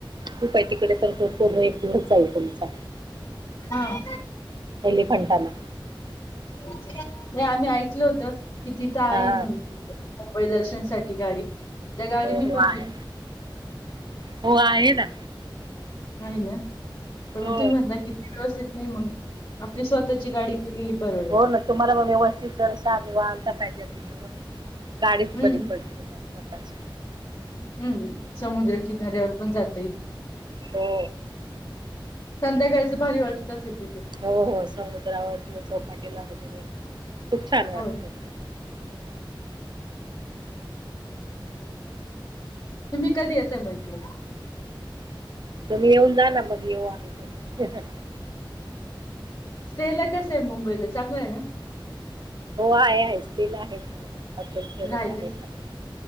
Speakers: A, on the right; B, on the left.
A: खूप आहे तिकडे तर हो पूर्ण एक दिवस जाईल तुमचा.
B: हा.
A: एलिफंटाला
B: नाही आम्ही ऐकल होत की तिथं आहे
A: हा
B: म्हणून मुंबई दर्शनसाठीठी गाडी. त्या गाडीनी
A: हो, हो
B: पण
A: आहे,
B: फिरता
A: हो आहे ना.
B: नाही ना, पण
A: हो
B: मग तुम्ही म्हणता किती दिवस येत नाही मग? आपली स्वतःची गाडी केलेली परवडेल.
A: हो ना तुम्हाला मग व्यवस्थित <unintelligible> गाडीच
B: हम्म
A: बरी पडते तुम्हाला स्वतःची.
B: हम्म समुद्र किनाऱ्यावर पण जातय.
A: हो.
B: संध्याकाळचं भारी वाटत असेल. तिथे.
A: हो हो समुद्रावर किंवा चौपाटीला वगैरे.. खूप छान वाटतं.
B: हो.
A: हम्म.
B: तुम्ही कधी येतंय मग इकडं?
A: तुम्ही येऊन जा ना मग येऊ आम्ही पण.
B: स्टे ला कस आहे
A: हो
B: मुंबईला चांगलं आहे ना?
A: हो आहे आहे स्टील आहे चांगल. हॉटेल्स वैगरे
B: राहिलच
A: आहेत चांगले,